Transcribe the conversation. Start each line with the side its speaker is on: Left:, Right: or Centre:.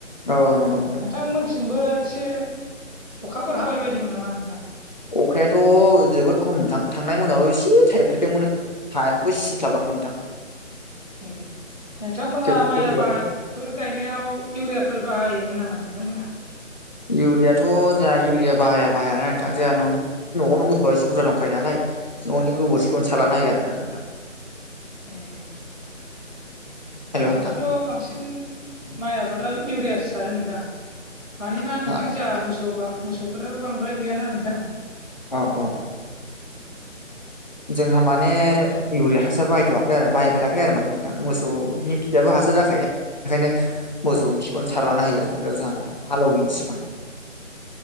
Left: औ नंगौ नोंथां।
Centre: नोंथांमोनथिंबो एसे अखाफोर हाबाय बायदोंमोन नामा नोंथां?
Left: अखायाथ' जोबोद खम नोंथां थांनाय मोनायावल' एसे थाइफ्रेदोंमोन। हाया बो सिस्लाबाखै नोंथां।
Centre: ए नोंथांमोना
Left: जोबोद
Centre: माइ
Left: खस्थ'
Centre: आबाद
Left: जादों
Centre: फोर गायनायाव इउरियाफोर बाहायोमोन नामा नोंथांमोनहा?
Left: इउरियाथ जोंहा इउरिया बाहाया बाहाया ना नोंथां जोंहा ननि न'आवनो मोसौआ एसे बुरजा दंखायो नालाय न'नि गोबोरखिखौनो सारलाना होयो आरोना नोंथां।
Centre: ए
Left: हेलौ
Centre: जोंहाथ'
Left: नोंथां
Centre: बांसिन माइ आबादाव इउरिया सारो नोंथा। मानोना नोंथां
Left: दा
Centre: जोंहा मोसौबा मोसौ मोसौफोराबो बांद्राय गैयाना नोंथां।
Left: अ अ जोंहा माने इउरिया हासार बायथ'वाखै आरो बायफेराखै आरो माने नोंथां। मोसौनि खियाबो हासार जाखायो ओंखायनो मोसौनि खिखौनो सारलानना होयो आरो जाहा नोंथां हालौवैनि सिगां।